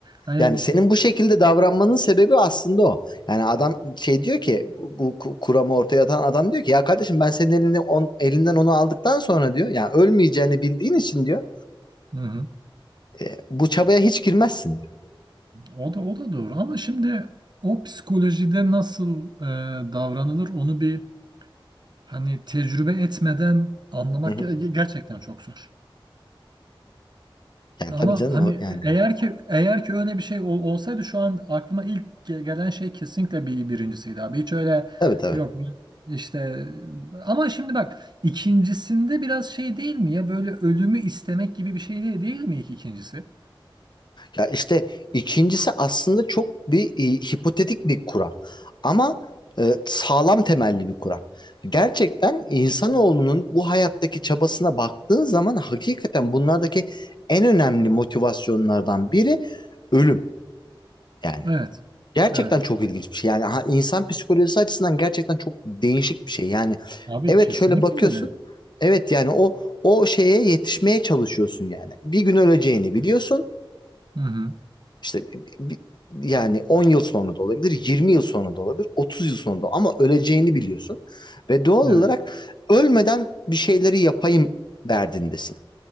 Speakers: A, on the right (about 55°); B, on the left (about 55°).
A: Hani...
B: Yani senin bu şekilde davranmanın sebebi aslında o. Yani adam şey diyor ki bu kuramı ortaya atan adam diyor ki ya kardeşim ben senin elini on, elinden onu aldıktan sonra diyor yani ölmeyeceğini bildiğin için diyor
A: Hı hı.
B: e, bu çabaya hiç girmezsin diyor.
A: O da o da doğru ama şimdi o psikolojide nasıl e, davranılır onu bir hani tecrübe etmeden anlamak
B: Hı hı.
A: ge- gerçekten çok zor.
B: Yani
A: Ama
B: tabii canım
A: hani
B: o yani.
A: eğer ki eğer ki öyle bir şey ol- olsaydı şu an aklıma ilk ge- gelen şey kesinlikle bir birincisiydi abi. Hiç öyle
B: Tabii tabii.
A: yok ben işte ama şimdi bak ikincisinde biraz şey değil mi ya böyle ölümü istemek gibi bir şey değil, değil mi ilk ikincisi?
B: Ya işte ikincisi aslında çok bir e, hipotetik bir kuram. Ama e, sağlam temelli bir kuram. Gerçekten insanoğlunun bu hayattaki çabasına baktığın zaman hakikaten bunlardaki en önemli motivasyonlardan biri ölüm. Yani
A: Evet.
B: gerçekten
A: Evet.
B: çok ilginç bir şey. Yani ha- insan psikolojisi açısından gerçekten çok değişik bir şey. Yani
A: Abi
B: evet
A: kesinlikle
B: şöyle bakıyorsun.
A: öyle.
B: Evet yani o o şeye yetişmeye çalışıyorsun yani. Bir gün öleceğini biliyorsun.
A: Hı hı.
B: İşte bi- yani 10 yıl sonra da olabilir, 20 yıl sonra da olabilir, 30 yıl sonra da ama öleceğini biliyorsun. Ve doğal
A: Evet.
B: olarak ölmeden bir şeyleri yapayım derdindesin.